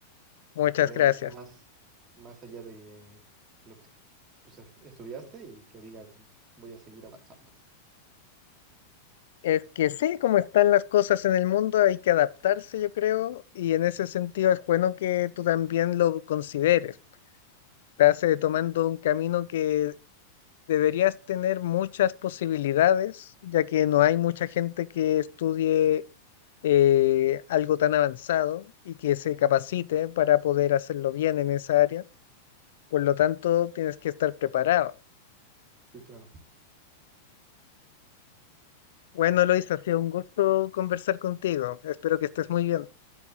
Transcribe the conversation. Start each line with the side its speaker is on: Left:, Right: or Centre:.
Left: Muchas
Right: que veas
Left: gracias.
Right: más, más allá de lo que, pues, es- estudiaste y que digas, voy a seguir avanzando.
Left: Es que sí, como están las cosas en el mundo, hay que adaptarse, yo creo, y en ese sentido es bueno que tú también lo consideres. Estás eh, tomando un camino que deberías tener muchas posibilidades, ya que no hay mucha gente que estudie eh, algo tan avanzado y que se capacite para poder hacerlo bien en esa área. Por lo tanto, tienes que estar preparado.
Right: Sí, claro.
Left: Bueno, Lois, ha sido un gusto conversar contigo. Espero que estés muy bien.